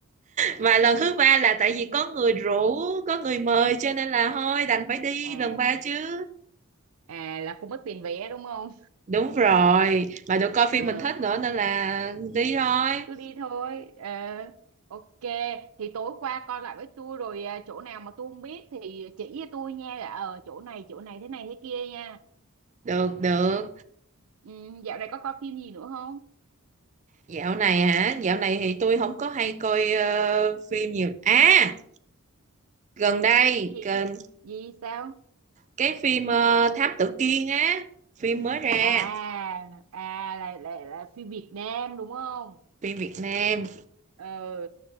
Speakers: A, on the right; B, on the right.
A: mà lần thứ ba là tại vì có người rủ có người mời cho nên là thôi đành phải đi
B: à
A: lần ba chứ
B: à là không mất tiền vé đúng không
A: đúng rồi mà được coi phim
B: ờ
A: mình thích nữa nên là đi thôi
B: cứ đi thôi ờ ok thì tối qua coi lại với tôi rồi à, chỗ nào mà tôi không biết thì chỉ cho tôi nha là ờ chỗ này chỗ này thế này thế kia nha
A: được được
B: ừ, dạo này có coi phim gì nữa không
A: Dạo này hả? Dạo này thì tôi không có hay coi ờ, phim nhiều. À, gần đây
B: gì
A: gần
B: gì sao
A: cái phim ờ, Thám Tử Kiên á, phim mới ra,
B: à à là, là là phim Việt Nam đúng không
A: phim Việt Nam.
B: ờ